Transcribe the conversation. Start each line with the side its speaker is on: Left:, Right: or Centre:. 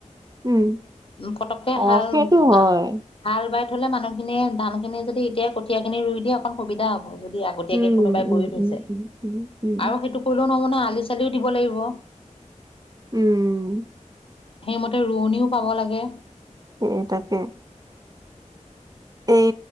Right: উম
Left: উম পটককে
Right: অ
Left: হাল
Right: সেইটো হয়
Left: আহ হাল বাই থ'লে মানুখিনিয়ে ধানখিনি যদি এতিয়া কঠীয়াখিনি ৰুই দি অকণ সুবিধা হ'ব যদি আগতীয়াকে
Right: উম
Left: কোনোবাই
Right: উম
Left: কৰি থৈছে
Right: উম উম উম উম উম
Left: আৰু সেইটো কৰিলেও নহব ন আলি চালিও দিব লাগিব
Right: উম
Left: সেইমতে ৰোৱনীও পাব লাগে
Right: এ তাকে এই